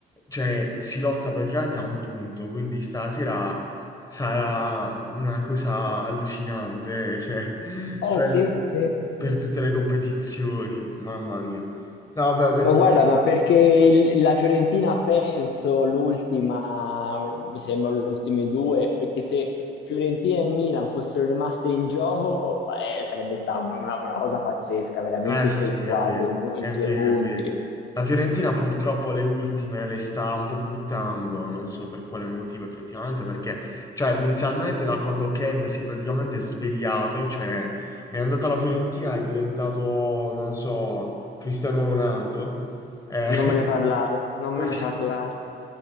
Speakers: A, on the left; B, on the left.
A: cioè si lotta praticamente a un punto, quindi stasera sarà una cosa allucinante, <laughs> cioè,
B: Eh
A: per,
B: sì, sì,
A: per
B: sì.
A: tutte le competizioni, mamma mia. No, vabbè, ho detto,
B: Ma guarda, ma Diciamo che perché il- la Fiorentina ha perso l'ultima, mi sembra le ultime due, perché se Fiorentina e Milan fossero rimaste in gioco, eh, sarebbe stata una, una cosa pazzesca, veramente
A: Eh sì,
B: sei squadre
A: è vero,
B: in, un-
A: è
B: in
A: vero,
B: due punti.
A: è vero. La Fiorentina purtroppo le ultime le sta un po' buttando, non so per quale motivo effettivamente, perché cioè, inizialmente da quando Ken si è praticamente svegliato, cioè è andato alla Fiorentina, è diventato, non so, Cristiano Ronaldo. Eh,
B: non
A: <laughs>
B: me ne parlare, non
A: quel-
B: me ne parlare.